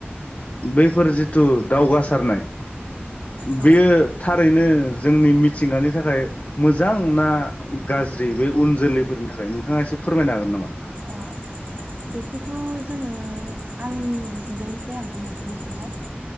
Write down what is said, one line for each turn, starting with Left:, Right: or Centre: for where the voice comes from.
Left: बैफोर जिथु दावगासारनाय
Right: औ
Left: बेयो थारैनो जोंनि मिथिंगानि थाखाय मोजां ना गाज्रि बे उन जोलैफोरनि थाखाय नोंथाङा एसे फोरमायनो हागोन नामा?
Right: अ बेखौथ' जोङो आंनिथिंजायनिफ्राय आं बुंनोसै बेखौहाय।